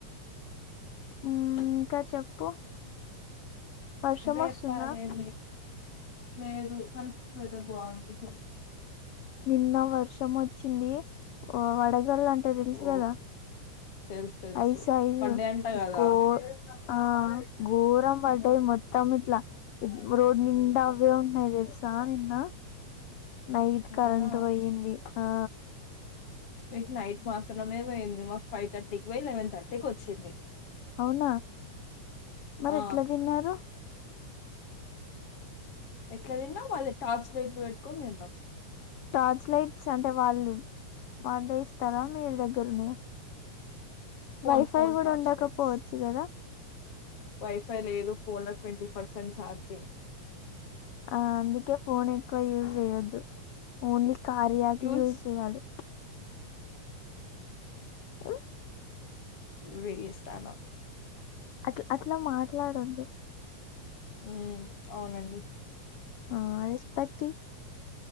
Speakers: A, on the left; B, on the left.
A: ఉమ్ ఇంకా చెప్పు వర్షం
B: ఇంకా
A: వస్తుందా
B: చెప్పాలి ఏంది లేదు కలిసి పెద్ద బావుంది చ
A: నిన్న వర్షం వచ్చింది ఓ వడగళ్ళు అంటే తెలుసు
B: ఓ
A: కదా
B: తెలుసు తెలుసు
A: అయి సైజు
B: పడ్డే అంట
A: ఒక్కో
B: కదా
A: ఆ ఘోరం పడ్డాయి మొత్తం ఇట్లా రోడ్డు నిండా అవే ఉంటన్నాయి తెలుసా నిన్న నైట్ కరెంటు
B: అవునా
A: పోయింది ఆ
B: మీకు నైట్ మాత్రమే పోయింది మాకు ఫైవ్ థర్టీకి పోయి లెవెన్ థర్టీకి వచ్చింది.
A: అవునా మరి
B: ఆ
A: ఎట్లా తిన్నారు
B: ఎట్లా తిన్నాం అది టార్చ్ లైట్లు పెట్టుకొని తిన్నాం.
A: టార్చ్ లైట్స్ అంటే వాళ్ళు వాళ్ళే ఇస్తారా మీరు దగ్గరున్నాయా
B: ఫోన్
A: వైఫై
B: ఫోన్
A: కూడా
B: టార్చ్
A: ఉండకపోవచ్చు
B: లైట్స్
A: కదా
B: వైఫై లేదు ఫోన్ లో ట్వంటీ పర్సెంట్ ఛార్జింగ్
A: ఆ అందుకే ఫోన్ ఎక్కువ యూజ్ చేయొద్దు ఓన్లీ కార్య కీ
B: యూజ్
A: యూస్ చేయాలి. ఆ
B: వేస్ట్ దాన
A: అట్ అట్లా మాట్లాడొద్దు.
B: హ్మ్ అవునండి
A: ఆ రెస్పెక్ట్ ఈ